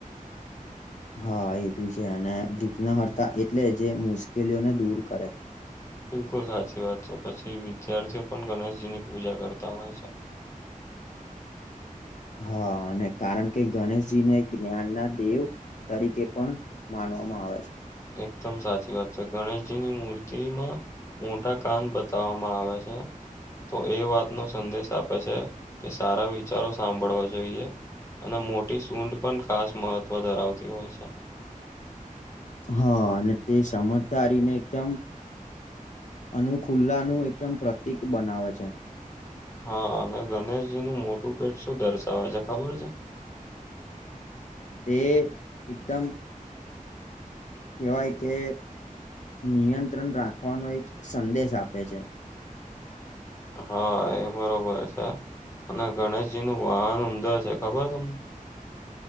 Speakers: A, on the left; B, on the left.
A: હા એ ભી છે અને વિઘ્નહર્તા એટલે જે મુશ્કેલીઓને દૂર કરે.
B: બિલકુલ સાચી વાત છે પછી વિદ્યાર્થીઓ પણ ગણેશજીની પૂજા કરતા હોય છે.
A: હા અને કારણ કે ગણેશજીને જ્ઞાનનાં દેવ તરીકે પણ માનવામાં આવે છે.
B: એકદમ સાચી વાત છે ગણેશજીની મૂર્તિમાં મોટા કાન બતાવામાં આવે છે. તો એ વાતનો સંદેશ આપે છે કે સારા વિચારો સાંભળવા જોઈએ. અને મોટી સુંઢ પન ખાસ મહત્વ ધરાવતી હોય છે.
A: હા અને તે સમજદારી ને એકદમ અનુ ખુલ્લાનું એકદમ પ્રતિક બનાવે છે.
B: હા અને ગણેશજીનું મોટું પેટ શું દર્શાવે છે ખબર છે?
A: તે એકદમ કેવાય કે નિયંત્રણ રાખવાનો એક સંદેશ આપે છે.
B: હા એ બરોબર છે અને ગણેશજીનું વાહન ઉંદર છે ખબર તમને?